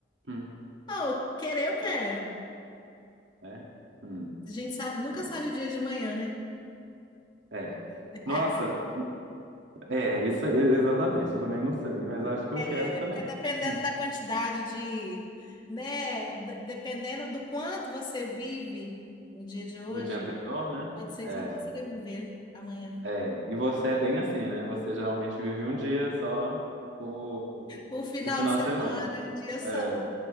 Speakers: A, on the right; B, on the left.
A: Hum.
B: Oh, querer eu quero.
A: É? Hum.
B: A gente sabe, nunca
A: Ah,
B: sabe o dia de amanhã, né?
A: É.
B: <laughs>
A: Nossa, é, isso é- exatamente. Eu também não sei, mas acho que eu quero
B: É
A: também.
B: porque dependendo
A: Hum.
B: da quantidade de, né, de- dependendo do quanto você vive no dia de hoje,
A: No dia anterior, né?
B: pode ser
A: É.
B: que você não consiga viver amanhã.
A: É, e você é bem assim, né? Você geralmente vive um dia só por,
B: O final
A: por final
B: de semana,
A: de semana.
B: é um dia só.
A: É,